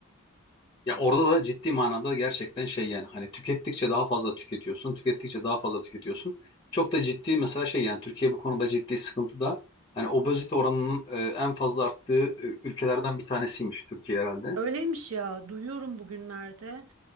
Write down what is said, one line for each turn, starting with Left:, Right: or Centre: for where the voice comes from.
Left: Ya orada da ciddi manada gerçekten şey yani hani tükettikçe daha fazla tüketiyorsun, tükettikçe daha fazla tüketiyorsun. Çok da ciddi mesela şey yani Türkiye bu konuda ciddi sıkıntıda. Hani obezite oranının e, en fazla arttığı e, ülkelerden bir tanesiymiş Türkiye herhalde.
Right: Öyleymiş ya, duyuyorum bugünlerde.